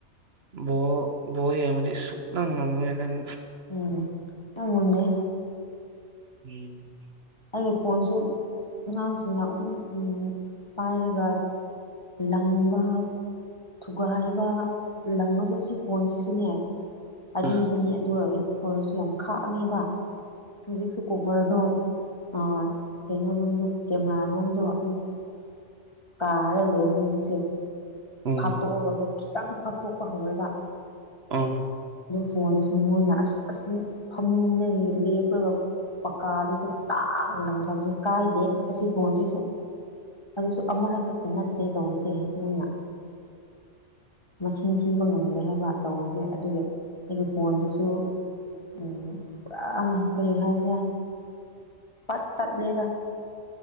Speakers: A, on the right (about 60°); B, on the left (about 25°).
A: ꯕꯣ ꯕꯣꯜ ꯌꯦꯡꯕꯗꯤ ꯁꯨꯛꯅꯪ ꯅꯪꯉꯣꯏ ꯅꯪ
B: ꯎꯝ ꯇꯝꯉꯝꯗꯦ
A: ꯎꯝ
B: ꯑꯩꯒꯤ ꯐꯣꯟꯁꯨ ꯑꯉꯥꯡꯁꯤꯡꯅ ꯑꯗꯨꯝ ꯄꯥꯏꯔꯒ ꯂꯪꯕꯥ ꯊꯨꯒꯥꯏꯕ ꯂꯪꯉꯁꯨ ꯑꯁꯤ ꯐꯣꯟꯁꯤꯁꯨꯅꯦ ꯑꯔꯤꯕꯅꯤ
A: ꯎꯝ
B: ꯑꯗꯨ ꯑꯣꯏꯔꯁꯨ ꯌꯥꯝ ꯈꯥꯛꯉꯦꯕ ꯍꯧꯖꯤꯛꯁꯨ ꯀꯣꯕꯔꯗꯣ ꯑ ꯀꯩꯅꯣ ꯔꯣꯝꯗꯣ ꯀꯦꯃꯦꯔꯥꯔꯣꯝꯗꯣ ꯑꯗꯨꯝ ꯀꯥꯔ ꯂꯩ ꯍꯧꯖꯤꯛꯁꯦ
A: ꯎꯝ
B: ꯐꯥꯛꯇꯣꯛꯑꯒ ꯈꯤꯇꯪ ꯐꯥꯛꯇꯣꯛꯄ ꯍꯧꯔꯒ
A: ꯑ
B: ꯐꯣꯟꯗꯨꯁꯨ ꯃꯣꯏꯅ ꯑꯁ ꯑꯁꯤ ꯐꯃꯨꯡꯗꯒꯤ ꯂꯦꯞꯂꯒ ꯄꯀꯥꯗꯨꯗ ꯇꯥꯛ ꯂꯪꯊꯕꯁꯦ ꯀꯥꯏꯗꯦ ꯑꯁꯤ ꯐꯣꯟꯁꯤꯁꯨ ꯑꯗꯨꯁꯨ ꯑꯃꯔꯛ ꯈꯛꯇ ꯅꯠꯇ꯭ꯔꯦ ꯇꯧꯔꯤꯁꯦ ꯃꯣꯏꯅ ꯃꯁꯤꯡ ꯊꯤꯕ ꯉꯝꯗ꯭ꯔꯦ ꯍꯥꯏꯕ ꯇꯧꯔꯤꯁꯦ ꯑꯗꯨꯒꯤ ꯑꯩꯒꯤ ꯐꯣꯟꯗꯨꯁꯨ ꯎꯝ ꯄꯨꯔꯥ ꯀꯔꯤ ꯍꯥꯏꯁꯤꯔꯥ ꯄꯠ ꯇꯠ ꯂꯦꯗ